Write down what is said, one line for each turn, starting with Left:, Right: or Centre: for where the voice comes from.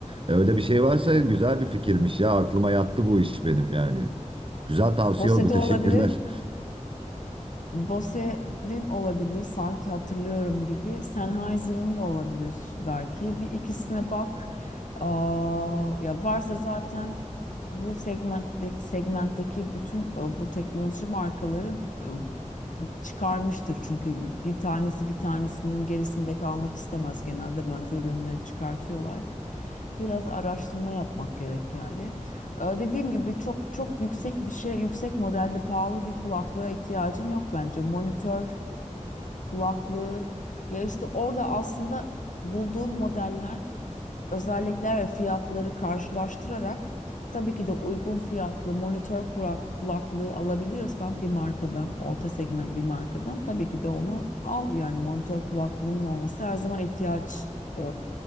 Right: E, Öyle bir şey varsa güzel bir fikirmiş ya aklıma yattı bu iş benim yani. Güzel tavsiye
Left: Bose
Right: oldu
Left: de
Right: <laughs> teşekkürler.
Left: olabilir. Bose'nin olabilir. Sanki hatırlıyorum gibi. Sennheiser'ın da olabilir belki. Bir ikisine bak. Aa, ya varsa zaten bu segmentte, segmentteki bütün e, bu teknoloji markaları e, çıkarmıştır çünkü bir tanesi bir tanesinin gerisinde kalmak istemez genelde benzer ürünleri çıkartıyorlar. Biraz araştırma yapmak gerek yani. Ee, Dediğim gibi çok çok yüksek bir şey, yüksek modelli pahalı bir kulaklığa ihtiyacın yok bence. Monitör kulaklığı. Ya işte orada aslında bulduğun modeller, f- özellikler ve fiyatları karşılaştırarak tabii ki de uygun fiyatlı monitör kura- kulaklığı alabiliyorsan bir markadan, orta segment bir markadan tabii ki de onu al. Yani monitör kulaklığının olması her zaman ihtiyaç e,